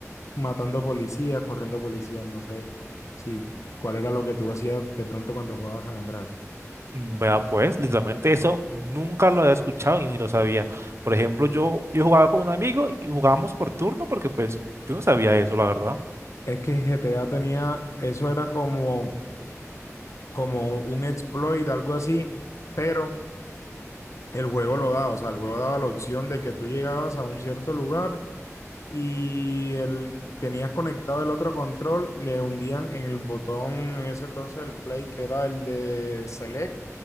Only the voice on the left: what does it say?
matando policías, corriendo policías, no sé si cuál era lo que tú hacías de pronto cuando jugabas San Andrés.
Es que GTA tenía, eso era como, como un exploit, algo así, pero el juego lo daba, o sea, el juego daba la opción de que tú llegabas a un cierto lugar y el, tenías conectado el otro control, le hundían en el botón, en ese entonces el play, que era el de select,